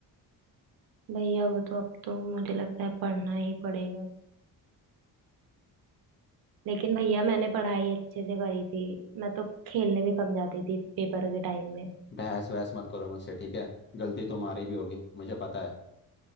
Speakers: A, on the right; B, on the left.
A: भैया वो तो अब तो मुझे लगता है पढ़ना ही पड़ेगा लेकिन भैया मैंने पढ़ाई अच्छे से करी थी मैं तो खेलने भी कम जाती थी पेपर के टाइम में
B: बहस वहस मत करो मुझसे ठीक है गलती तुम्हारी भी होगी मुझे पता है